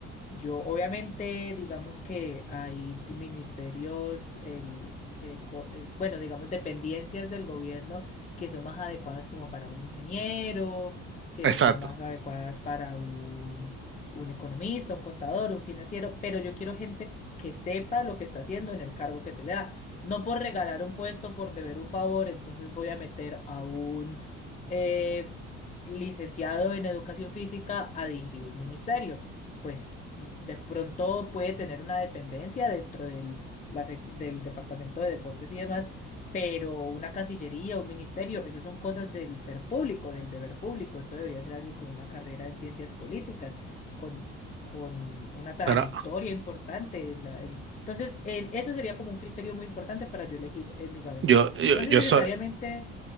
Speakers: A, on the left; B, on the right.
A: Yo, obviamente, digamos que hay di- ministerios, el, eh, co- eh, bueno, digamos, dependencias del gobierno que son más adecuadas como para un ingeniero, que
B: Exacto.
A: son más adecuadas para un, un economista, un contador, un financiero, pero yo quiero gente que sepa lo que está haciendo en el cargo que se le da. No por regalar un puesto, por deber un favor, entonces voy a meter a un eh, licenciado en educación física a dirigir un ministerio pues mm, de pronto puede tener una dependencia dentro del, la sec- del Departamento de Deportes y demás, pero una Cancillería, un ministerio, eso son cosas del ser público, del deber público, eso debería ser alguien con una carrera en ciencias políticas, con, con una trayectoria
B: Pero
A: importante. En la, en- Entonces, en- eso sería como un criterio muy importante para yo elegir en mi gabinete.
B: yo, yo,
A: No
B: yo
A: sé necesariamente,
B: soy,